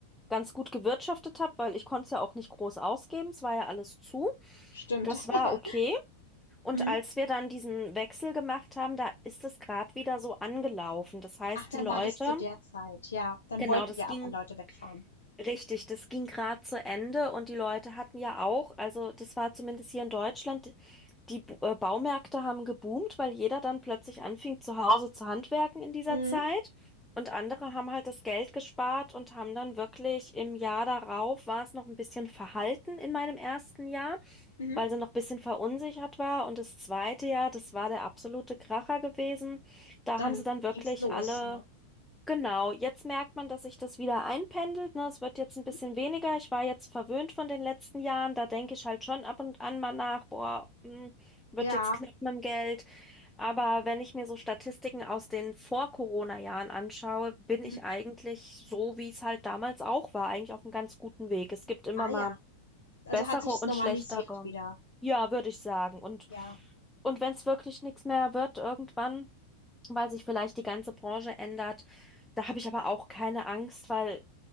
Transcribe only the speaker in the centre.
ganz gut gewirtschaftet habe, weil ich konnte es ja auch nicht groß ausgeben. Es war ja alles zu.
Das war
okay. Und
als wir dann diesen Wechsel gemacht haben, da ist es gerade wieder so angelaufen. Das heißt,
die Leute,
genau,
das
ging
richtig, das ging gerade zu Ende und die Leute hatten ja auch, also das war zumindest hier in Deutschland, die B- äh, Baumärkte haben geboomt, weil jeder dann plötzlich anfing, zu Hause zu handwerken in dieser
Zeit. Und andere haben halt das Geld gespart und haben dann wirklich im Jahr darauf war es noch ein bisschen verhalten in meinem ersten Jahr,
weil sie noch ein bisschen verunsichert war. Und das zweite Jahr, das war der absolute Kracher gewesen. Da
haben sie dann wirklich
alle
Genau, jetzt merkt man, dass sich das wieder einpendelt. Ne? Es wird jetzt ein bisschen
weniger. Ich war jetzt verwöhnt von den letzten Jahren. Da denke ich halt schon ab und an mal nach, boah, hm, wird
jetzt knapp mit dem Geld. Aber wenn ich mir so Statistiken aus den Vor-Corona-Jahren anschaue, bin
ich eigentlich so, wie es halt damals auch war, eigentlich auf einem ganz guten Weg. Es gibt immer
mal
bessere
und
schlechtere.
Ja, würde ich sagen. Und,
und wenn es wirklich nichts mehr wird, irgendwann weil sich vielleicht die ganze Branche ändert. Da habe ich aber auch keine Angst, weil